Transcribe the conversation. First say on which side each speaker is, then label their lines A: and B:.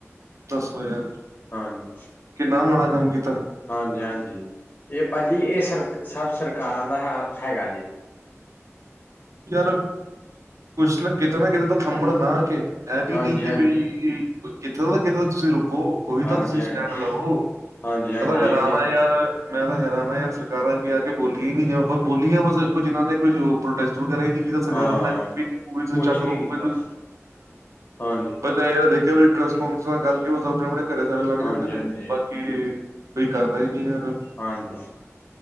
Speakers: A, on the right; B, on the left.
A: ਦਸੋ ਯਾਰ
B: ਹਾਂਜੀ।
A: ਕਿੰਨਾ, ਮਾੜਾ ਕੰਮ ਕੀ
B: ਹਾਂਜੀ -ਹਾਂਜੀ, ਇਹ ਭਾਜੀ ਇਹ ਸਰ ਸਭ ਸਰਕਾਰਾਂ ਦਾ ਹਾਲ ਹੈਗਾ ਜੇ
A: ਯਾਰ ਕੁਛ ਨਾ ਕਿਤੇ ਨਾ ਕਿਤੇ, ਤਾਂ ਥੰਮਣ ਨਾ ਕੇ, ਇਹ ਵੀ
B: ਹਾਂਜੀ
A: ਨੀ ਕਿ
B: ਹਾਂਜੀ
A: ਬਈ ਕਿੱਥੋ ਤਾ, ਕਿਤੇ ਦਾ ਤੁਸੀਂ ਰੁਕੋ। ਕੋਈ ਤਾਂ
B: ਹਾਂਜੀ
A: ਤੁਸੀਂ
B: ਹਾਂਜੀ
A: ਸਟੈਂਡ ਲਵੋਂ,
B: ਹਾਂਜੀ
A: ਮੈਂ
B: ਹਾਂਜੀ
A: ਤਾਂ ਹੈਰਾਨ
B: ਇਹ ਤੇ
A: ਆ ਯਾਰ ਮੈਂ ਤਾਂ ਹੈਰਾਨ ਯਾਰ, ਸਰਕਾਰਾਂ ਅੱਗੇ ਆ ਕੇ ਬੋਲੀਆਂ ਹੀ ਨੀ, ਜਿ ਬੋਲੀਆਂ ਬਸ ਕੁਝ ਇਹਨ੍ਹਾਂ ਨੇ, ਕੁੱਝ ਪ੍ਰੋਟੈਸਟ ਵਗੈਰਾ ਹੀ ਨਈ ਕੀ ਪਤਾ
B: ਹਾਂ
A: ਸਰਕਾਰਾਂ ਐਵੇ ਪੁਲਿਸ
B: ਕੁਛ
A: ਚੱਕ
B: ਨੀ
A: ਲਉ
B: ਕੀਤਾ
A: <inaudible>
B: ਹਾਂਜੀ
A: ਇਹ ਤਾਂ ਦੇਖਿਆ, ਵੀ ਪ੍ਰੈਸ ਕਾਨਫਰੰਸ ਨਾਲ ਗੱਲ ਕੀ ਹੋਏ, ਆਪਣੇ- ਆਪਣੇ ਘਰੇ ਸਾਰੇ ਲੰਘ
B: ਹਾਂਜੀ
A: ਜਾਂਦੇ ਨੇ,
B: ਹਾਂਜੀ
A: ਬ ਕੀ ਕੋਈ ਕਰਦਾ ਹੀ ਨੀ ਯਾਰ।
B: ਹਾਂਜੀ।